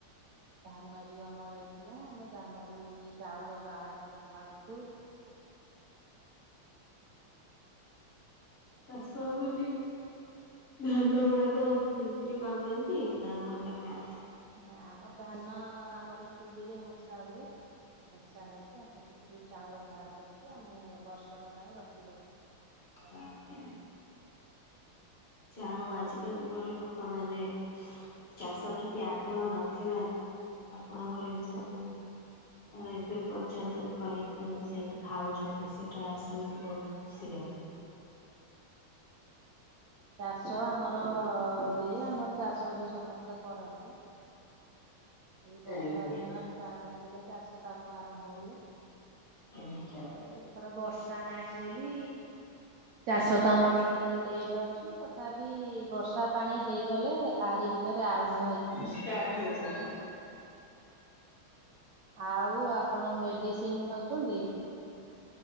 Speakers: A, on the right; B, on the left.
A: ଧାନ ବି ଅମଳ ହେଇଥିଲା ଆମେ ଧାନରୁ ବି ଚାଉଳ ବାହାର କରି ଖାଉଛୁ।
B: ଚାଷ ମାନେ ଧାନ ଗୁଡାକ ବିକ୍ରି କରିଦିଅନ୍ତି ନା ଘରେ ଖାଆନ୍ତି।
A: ନା ଆମର ଧାନ ଆମର ଚୁଲିରେ ବଷା ହୁଏ ବଷା ହେଇକି ଆମେ ସେଥିରୁ ଚାଉଳ ବାହାର କରିକି ଆମେ ବର୍ଷକ ପାଇଁ ରଖିଦଉ।
B: ଆଜ୍ଞା ଆଜ୍ଞା। ଯ ହଉ ଆଜିକା ଯୁଗର ଲୋକମାନୋନ ଚାଷ ପ୍ରତି ଆଗ୍ରହ ନଥିବାରୁ ଆପଣଙ୍କର ଏହି ସବୁ ଏବେ ପର୍ଯ୍ୟନ୍ତ କରିକି ରୋଷେଇକି ଖାଉଛନ୍ତି ସେଇଟା ଶୁଣିକି ବହୁତ ଖୁସି ଲାଗିଲା।
A: ଚାଷ ଆମର ହୁଏ ଆମର ଚାଷ ବି ସମସ୍ତ କରନ୍ତି। ଏଇ ବର୍ଷା
B: ଆଜ୍ଞା
A: ଦିନ ଷ୍ଟାର୍ଟ ହେଇଗଲେ ଚାଷ କାମ ଆରମ୍ଭ ହୁଏ
B: ଆଛା
A: ଏଥର ବର୍ଷ ତା ନାଁ ବୋଲି ଚାଷ କାମ ଟି। <unintelligible> ଅଛି ତଥାବିଇ ବର୍ଷା ପାଣି ହେଇଗଲେ ଆରି ଭି ତରେ ଆରମ୍
B: ଷ୍ଟାର୍ଟ ହେଇଚେ ପା
A: ଆଉ ଆ ପଣ ମେଡିସିନ ଖାଉଛନ୍ତି?